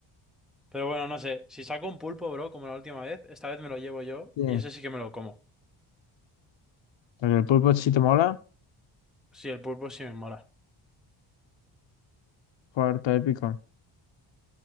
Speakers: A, in the centre; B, on the left.
A: Pero bueno, no sé. Si saco un pulpo, bro, como la última vez, esta vez me lo llevo yo
B: Sí.
A: y ese sí que me lo como.
B: el pulpo sí te mola,
A: Sí, el pulpo sí me mola.
B: cuarto épico.